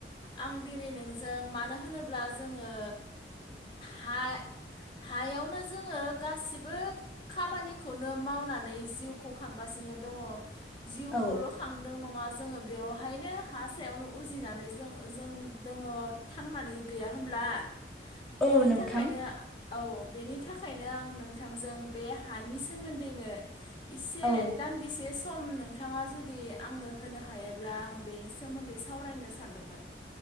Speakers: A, on the left; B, in the centre.
A: आं दिनै नोंजों मानो होनोब्ला जोङो। हा हायावनो जोङो गासिबो खामानिखौनो मावनानै जिउखौ खांगासिनो दङ जिउखौल'
B: औ
A: खांदों नङा जोङो बेयावहायनो हा सायावनो उजिनानै जों जों दोङो थांनानै गैया होमब्ला बेनि
B: औ नोंथां
A: थाखायनो औ बेनि थाखायनो आं नोंथांजों बे हानि सोमोन्दैनो इसे
B: औ
A: दान्दिसे सम नोंथाङा जुदि आंनो होनो हायोब्ला आं बेनि सोमोन्दै सावरायनो सानदोंमोन